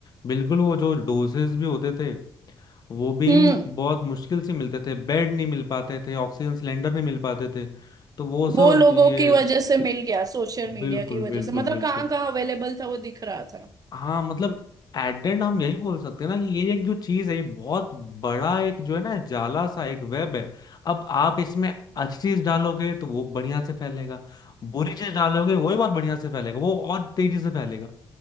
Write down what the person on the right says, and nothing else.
हम्म
वो लोगों
की वजह से मिल गया सोशल मीडिया
की वजह
से मतलब
कहाँ कहाँ अवेलेबल था वो दिख रहा था